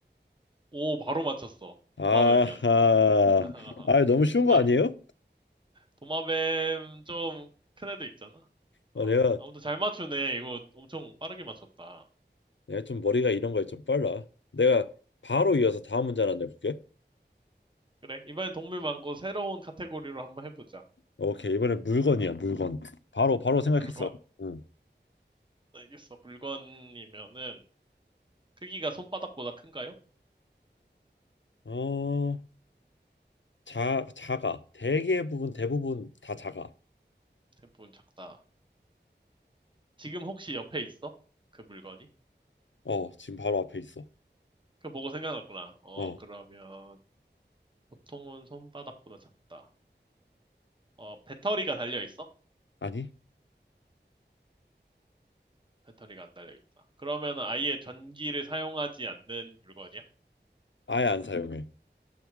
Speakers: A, on the right; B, on the left.
A: 오, 바로 맞췄어.
B: 아하.
A: 도마뱀이었어. <laughs>
B: 아, 너무 쉬운 거
A: 맞아.
B: 아니에요?
A: 도마뱀 좀 큰 애도 있잖아.
B: 어,
A: 어,
B: 내가
A: 아무튼 잘 맞추네. 이거 엄청 빠르게 맞췄다.
B: 내가 좀 머리가 이런 거에 좀 빨라. 내가 바로 이어서 다음 문제 하나 내볼게.
A: 그래, 이번엔 동물 말고 새로운 카테고리로 한번 해보자.
B: 오케이, 이번엔 물건이야, 물건. 바로 바로 생각했어.
A: 물건.
B: 응.
A: 알겠어. 물건이면은 크기가 손바닥보다 큰가요?
B: 어, 자, 작아. 대부분 대부분 다 작아.
A: 대부분 작다. 지금 혹시 옆에 있어? 그 물건이?
B: 어, 지금 바로 앞에 있어.
A: 그거 보고 생각났구나. 어,
B: 어,
A: 그러면 보통은 손바닥보다 작다. 어, 배터리가 달려 있어?
B: 아니,
A: 배터리가 안 달려 있다. 그러면 아예 전기를 사용하지 않는 물건이야?
B: 아예 안 사용해.